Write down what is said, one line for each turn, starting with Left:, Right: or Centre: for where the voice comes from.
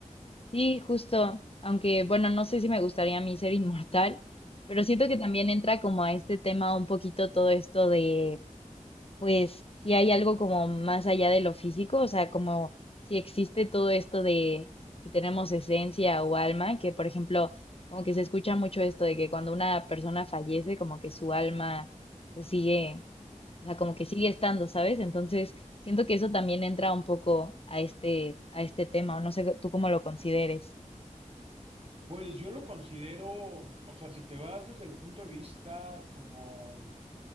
Left: sí, justo. Aunque bueno, no sé si me gustaría a mí ser inmortal, pero siento que también entra como a este tema un poquito todo esto de pues si hay algo como más allá de lo físico, o sea, como si existe todo esto de si tenemos esencia o alma, que por ejemplo, como que se escucha mucho esto de que cuando una persona fallece, como que su alma pues sigue, o sea, como que sigue estando, ¿sabes? Entonces, siento que eso también entra un poco a este, a este tema, o no sé tú cómo lo consideres.
Right: Pues yo lo considero, o sea, si te vas desde el punto de vista como